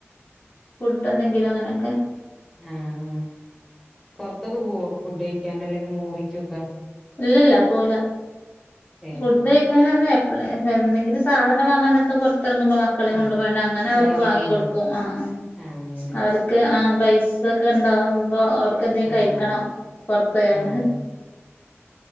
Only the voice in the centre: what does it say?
ആഹ് പൊറത്തൊക്ക പോവോ ഫുഡ് കഴിക്കാൻ അല്ലെങ്കിൽ മൂവിക്കൊക്കെ
ഏഹ്
ആഹ്
നേരം
ആഹ്
ആഹ് അങ്ങനെ
ആഹ് അതെ
ആഹ്